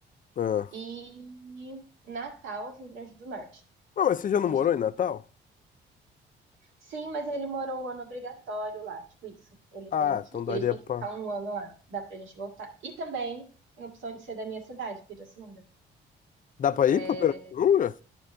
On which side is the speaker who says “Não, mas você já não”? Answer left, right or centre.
Left